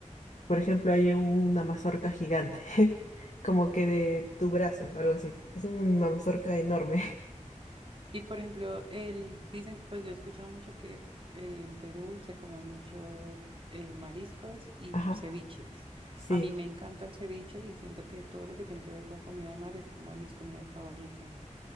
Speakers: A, on the left; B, on the right.
A: Por ejemplo, hay una mazorca gigante, <laughs> como que de tu brazo, algo así. Es una mazorca enorme. <laughs>
B: Y por ejemplo, el, dicen, pues yo he escuchado mucho que eh, en Perú se come mucho eh, mariscos y
A: Ajá,
B: ceviches.
A: sí,
B: A mí me encanta el ceviche y siento que todo lo que tiene que ver con comida de mar es como de mis comidas favoritas.